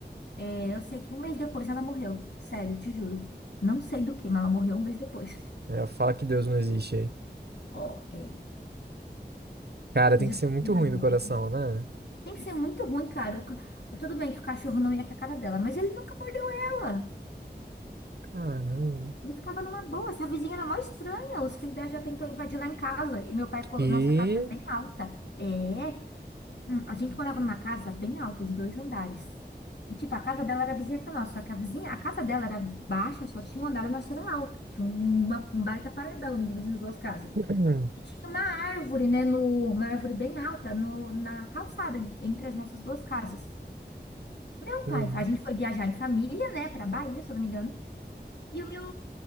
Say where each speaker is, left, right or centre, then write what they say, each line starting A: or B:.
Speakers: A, on the left; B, on the right.
A: É, eu sei que um mês depois ela morreu. Sério, te juro. Não sei do que, mas ela morreu um mês depois.
B: é, fala que Deus não existe aí.
A: <laughs> Ó, é.
B: Cara,
A: Mas
B: tem
A: eu
B: que ser
A: fiquei
B: muito
A: com uma
B: ruim
A: dó.
B: do coração, né?
A: Tem que ser muito ruim, cara. O ca- Tudo bem que o cachorro não ia com a cara dela, mas ele nunca mordeu ela.
B: Caramba.
A: Ele ficava numa boa. Essa vizinha era mó estranha. Os filhos dela já tentou invadir lá em casa. E meu pai, colo-
B: Que.
A: nossa casa era bem alta. É. Hum, a gente morava numa casa bem alta, de dois andares. E, tipo, a casa dela era vizinha com a nossa. Só que a vizinha, a casa dela era baixa, só tinha um andar, a nossa era alta. Tinha uma, um baita paredão, né, dividindo as duas casas.
B: Uhum.
A: E tinha uma árvore, né, no, uma árvore bem alta, no, na calçada, de- entre as nossas duas casas. Meu
B: Uhum.
A: pai, a gente foi viajar em família, né, pra Bahia, se eu não me engano. E o meu...